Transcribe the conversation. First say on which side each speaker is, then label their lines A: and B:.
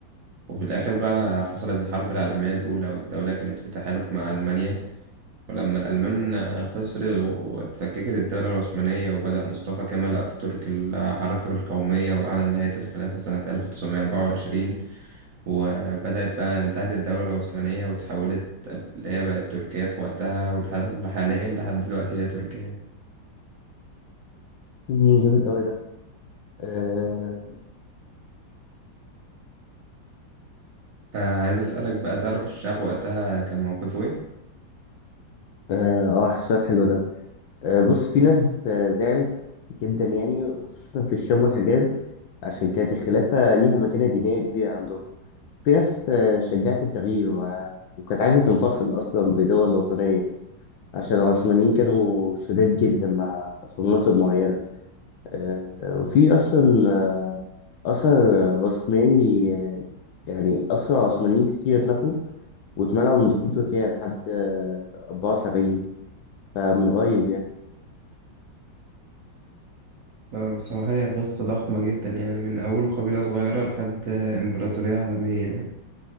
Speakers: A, on the right; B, on the left.
A: وفي الآخر بقى حصلت الحرب العالمية الأولى والدولة كانت في تحالف مع ألمانيا ولما الألمان خسر واتفككت الدولة العثمانية وبدأ مصطفى كمال أتاتورك الحركة القومية وأعلن نهاية الخلافة سنة 1924 وبدأت بقى انتهت الدولة العثمانية وتحولت اللي هي بقت تركيا في وقتها وحاليا لحد دلوقتي هي تركيا
B: مم، جامد أوي ده اه
A: فعايز أسألك بقى تعرف الشعب وقتها كان موقفه إيه؟
B: اه آه، السؤال حلو ده آه بص في ناس آه، زعلت جدا يعني خصوصا في الشام والحجاز عشان كانت الخلافة ليها مكانة دينية كبيرة عندهم في ناس آه شجعت التغيير وع- وكانت عايزة تنفصل أصلا بدول وطنية عشان العثمانيين كانوا شداد جدا مع في مناطق معينة آه وفي أصلا آه أثر عثماني آه، يعني أسرى عثمانيين كتير اتنفوا واتمنعوا من دخول تركيا لحد آه، أربعة وسبعين فمن قريب يعني
A: آه، بصراحة هي قصة ضخمة جدا يعني من أول قبيلة صغيرة لحد آه، إمبراطورية عالمية